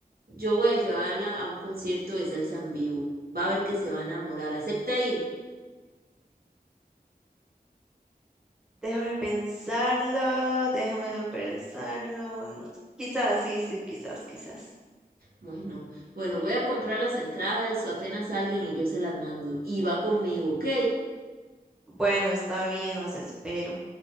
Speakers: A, on the right; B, in the centre.
A: yo voy a llevarla a un concierto de salsa en vivo. Va a ver que se va a enamorar. ¿Acepta ir?
B: Déjame pensarlo, déjamelo pensarlo. mm, Quizás, sí, sí, quizás, quizás.
A: Bueno, bueno, voy a comprar las entradas, apenas salgan y yo se las mando. Y va conmigo, ¿ok?
B: Bueno, está bien, las espero.